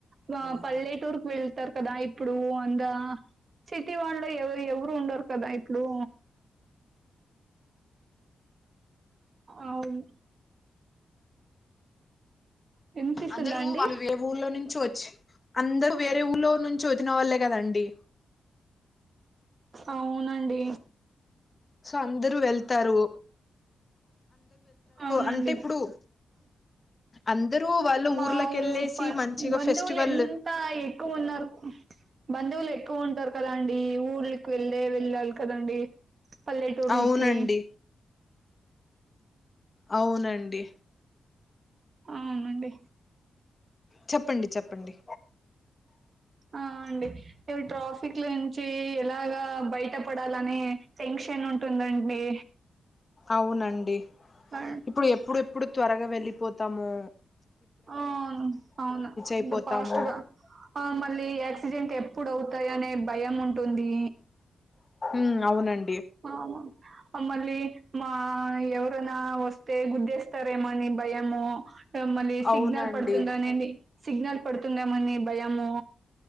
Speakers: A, on the right (about 45°); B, on the left (about 25°).
A: వా పల్లెటూర్క్ వెళ్ చేస్తార్ కదా ఇప్పుడూ అందా సిటీ వాళ్ళు ఎవ ఎవరు ఉండరు ఇప్పుడూ అవున్ వినిపిస్తుందా
B: అందరూ
A: అండి
B: వాళ్ళు వే ఊర్లో నుంచ్ వచ్ అందరు వేరే ఊళ్ళో నుంచి వచ్చిన వాళ్ళే కదండి
A: అవునండి
B: సో అందరు వెళ్తారు.
A: అవునండి
B: అంటే ఇప్పుడు అందరూ వాళ్ళ
A: మా
B: ఊర్లకి వెళ్ళేసి
A: ఊర్ ప
B: మంచిగా
A: బంధువులు
B: ఫెస్టివల్
A: ఎంత ఎక్కు ఉన్నారు బంధువులు ఎక్కువ ఉంటారు కదా అండి ఊర్ళకి వెళ్ళే వెళ్ళాలి కదండి. పల్లెటూర్లికి
B: అవునండి అవునండి
A: ఆ అండి
B: చెప్పండి చెప్పండి
A: ఆ అండి ట్రాఫిక్ నుంచి ఎలాగా బయట పడాలనే టెన్షన్ ఉం ఉంటుందండి.
B: అవునండి
A: ఆ
B: ఇప్పుడు ఎప్పుడు ఇప్పుడు త్వరగా వెళ్ళిపోతాము
A: ఆ అవును అవును
B: అయిపోతాము
A: ఫాస్ట్ రా ఆ మళ్ళీ యాక్సిడెంట్ ఎప్పుడు అవుత తాయి అనే భయం ఉంటుంది.
B: మ్ అవునం
A: ఆవ అ మళ్ళీ మా ఎవరనా వస్తే గుద్దేస్తారేమనీ భయము మళ్ళీ సిగ్నల్
B: అవునండి
A: పడుతుందనేది సిగ్నల్ పడుతుందేమో అని భయము